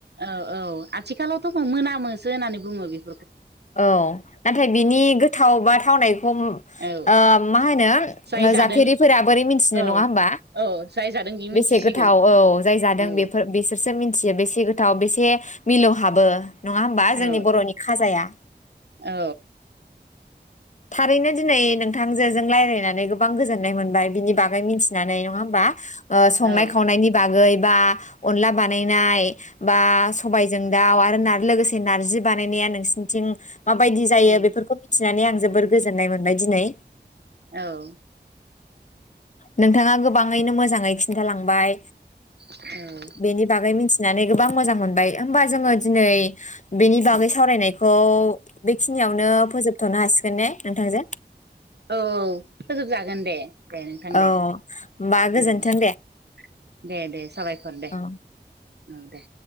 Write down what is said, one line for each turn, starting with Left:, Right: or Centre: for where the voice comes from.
Right: औ औ आथिखालावथ' मो-मोनामोसो होननानै बुङो बेखौ।
Left: औ नाथाय बिनि गोथाव बाथ थावनाय हमो
Right: औ
Left: ओ मा होनो
Right: जाय जादों
Left: जाफेरिफोरा बोरै मिथिनो
Right: औ
Left: नङा होमबा
Right: औ जाय जादों बि
Left: बेसे
Right: मिथिसिगोन
Left: गोथाव औ जाय जादों
Right: औ
Left: बेफोर बिसोरसो मिन चियो बेसे गोथाव बेसे मिलौहाबो। नङा होमबा जोंनि
Right: औ
Left: बर'नि खाजाया?
Right: औ।
Left: थारैनो दिनै नोंथां जोजों रायज्लायनानै गोबां गोजोननाय मोनबाय बिनि बागै मिथि नानै नङा होमबा ओ संनाय
Right: औ
Left: खावनायनि बागै बा अनला बानायनाय। बा सबायजों दाउ आरो आरो लोगोसे नारजि बानायनाया नोंसिनिथिं माबायदि जायो
Right: औ
Left: बेफोरखौ मिथिनानै आं जोबोर गोजोननाय मोनबाय दिनै।
Right: औ।
Left: नोंथाङा गोबाङैनो मोजाङै खिन्थालांबाय।
Right: औ
Left: बेनि बागै मिथिनानै गोबां मोजां मोनबाय होमबा जोङो दिनै बेनि बागै सावरायनायखौ बेखिनियावनो फोजोबथ'नो हासिगोन ने नोंथांजों?
Right: औ फोजोबजागोन दे दे नोंथां
Left: औ
Right: दे
Left: होमबा गोजोन्थों
Right: औ दे दे दे साबायखर दे।
Left: औ
Right: उम दे।